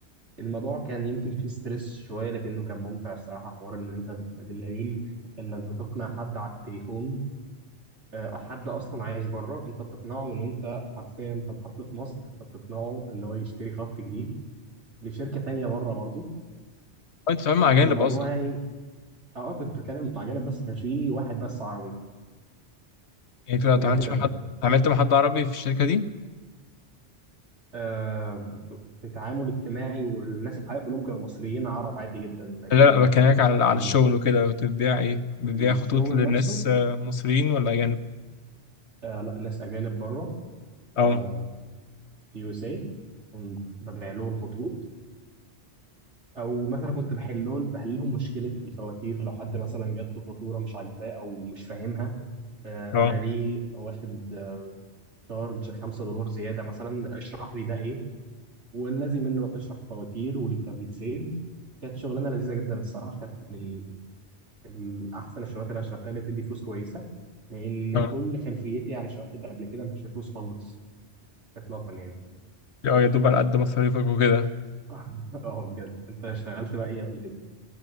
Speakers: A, on the right; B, on the left.
A: الموضوع كان يمكن فيه ستريس شوية لكنه كان ممتع الصراحة حوار إن أنت تبقى أدرينالين إنك بتقنع حد على التليفون آه، او حد اصلا عايش بره انت بتقنعه من وانت حرفيا في محطه مصر انت بتقنعه ان هو يشتري خط جديد لشركه تانية بره برضه
B: أه، انت بتتعامل مع
A: فالموضوع
B: اجانب اصلا
A: يعني اه آه، كنت بتكلم مع جانب بس ما كانش فيه واحد بس عربي
B: يعني انت ما اتعاملتش
A: نادرا
B: مع حد اتعاملت مع حد عربي في الشركه دي
A: آه في تعامل اجتماعي والناس الحقيقه كلهم كانوا مصريين عرب عادي جدا لكن
B: لا لا بكلمك على على
A: ال-
B: الشغل وكده كنت بتبيع ايه بتبيع
A: الشغل
B: خطوط للناس
A: نفسه
B: آه، مصريين ولا اجانب
A: آه لا ناس اجانب بره
B: اه
A: آه في يو اس اي كنت ببيع لهم خطوط او مثلا كنت بحلهم بحلهم مشكله الفواتير لو حد مثلا جات له فاتوره مش عاجباه او مش فاهمها آه،
B: اه
A: انا ليه واخد آه، شارج 5 دولار زياده مثلا اشرح لي ده ايه والذي منه بتشرح فواتير وليك تارجت سيل كانت شغلانه لذيذه جدا الصراحه كانت من من احسن الشغلات اللي انا اشتغلتها اللي بتدي فلوس كويسه لان
B: اه
A: كل خلفيتي عن الشغلات اللي قبل كده ما كانش فيها فلوس خالص اطلاقا يعني
B: اه يا دوب على قد مصاريفك وكده
A: <laughs> اه بجد انت اشتغلت بقى ايه قبل كده